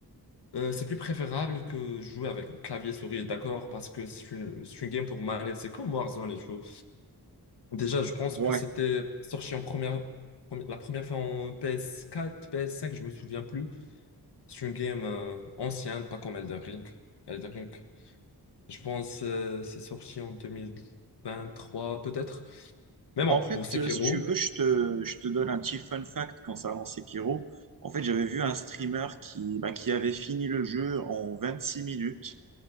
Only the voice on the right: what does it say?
Ouais.
Bah,
En fait,
euh, si tu veux, je te, je te donne un petit fun fact concernant Sekiro. En fait, j'avais vu un streamer qui, bah, qui avait fini le jeu en 26 minutes.